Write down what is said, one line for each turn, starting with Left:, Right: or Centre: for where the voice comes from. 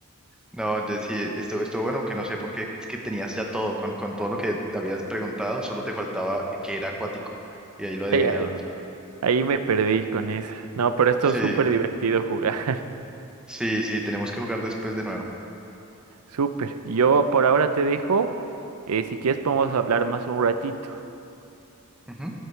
Centre: No, de- sí, esto, esto bueno, aunque no sé por qué, es que tenías ya todo, con, con todo lo que te habías preguntado, solo te faltaba que era acuático, y ahí lo adivinabas.
Right: Ahí, ahí- ahí me perdí con esa. No, pero esto
Centre: Sí,
Right: es súper divertido jugar.
Centre: sí, sí, tenemos que jugar después de nuevo.
Right: <laughs> Súper. Yo por ahora te dejo. Eh, si quieres podemos hablar más un ratito.
Centre: Ujú.